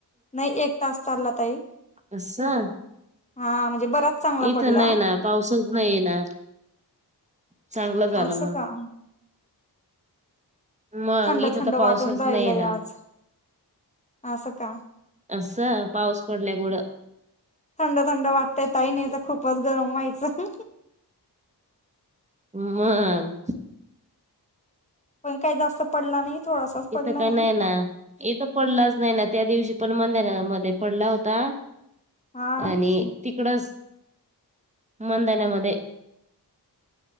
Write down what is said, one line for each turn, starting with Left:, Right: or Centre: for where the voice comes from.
Left: नाही एक तास चालला ताई.
Right: असं
Left: हा म्हणजे बराच चांगला
Right: इथं
Left: पडला.
Right: नाही ना पाऊसच नाही ना चांगलं झालं
Left: असं
Right: मग.
Left: का
Right: मग
Left: थंड
Right: इथं
Left: थंड
Right: तर पाऊसच
Left: वाटून राहिलय
Right: नाही आहे ना.
Left: आज असं का
Right: असं पाऊस. पडल्यामुळं
Left: थंड थंड वाटतये ताई नाही तर. खूपच गरम व्हायचं
Right: हम्
Left: पण काही जास्त पडला नाही थोडासाच
Right: इथं
Left: पडलाय
Right: काही नाही ना इथं पडलाच नाही ना त्या दिवशी पण मधनामध्ये पडला होता
Left: हा
Right: आणि त इकडच मधनामध्ये